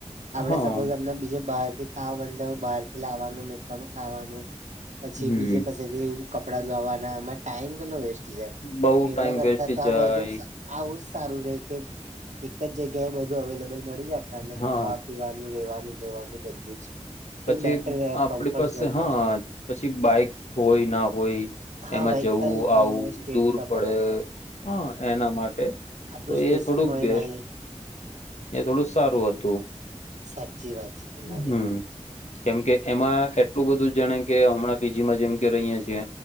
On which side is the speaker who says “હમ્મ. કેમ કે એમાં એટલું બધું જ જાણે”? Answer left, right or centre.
Left